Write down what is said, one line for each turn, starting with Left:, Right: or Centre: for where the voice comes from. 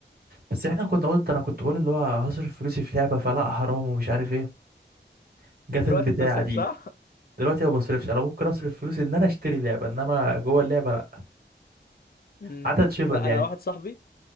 Right: بس احنا كنا قلت انا كنت بقول اللي هو هصرف فلوسي في لعبة فلا حرام ومش عارف ايه جت
Left: دلوقتي
Right: البتاعة
Left: بتصرف
Right: دي
Left: صح؟
Right: دلوقتي ما بصرفش انا ممكن اصرف فلوسي ان انا اشتري لعبة انما جوه اللعبة لا
Left: مم.
Right: عدد شيفر
Left: لا
Right: يعني
Left: انا واحد صاحبي